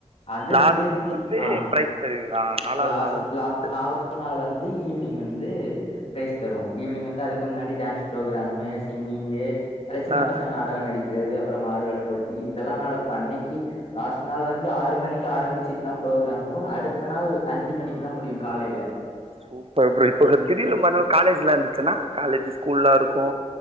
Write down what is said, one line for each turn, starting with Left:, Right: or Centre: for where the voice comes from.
Left: அதுன்
Right: லாஸ்ட்
Left: முடியதிக்கி
Right: வந்து
Left: ஆ
Right: பிரைஸ் தருவீங்களா நாலாவது
Left: லாஸ்‌
Right: நாள் வந்து
Left: லா
Right: பிரைஸ் தருவீங்களா
Left: நால் நாள் வந்து ஈவ்னிங் வந்து ப்ரைஸ் தருவோ ஈவ்னிங் வந்து அதுக் கு முன்னாடி டான்ஸ் ப்ரோக்ராமு சிங்கிங்கு நறைய சின்ன
Right: ஆ
Left: பசங்க நால் நடிக்கிறது அப்பறோ மாறுவேட போட்டி இதெல்லா நடக்கு அன்னக்கி லாஸ்ட் நாள் வந்து ஆறு மணிக்கி ஆரம்மிச்சிச்னா ப்ரோக்ராமு அடுத்த நாள் அஞ்சு மணிக்கு தா முடியு காலைல
Right: சூப்பர் ப்ரோ இப்ப திடீர்னு மற்நாள் காலேஜ்லா இந்துச்சுன்னா காலேஜு ஸ்கூல்லாருக்கு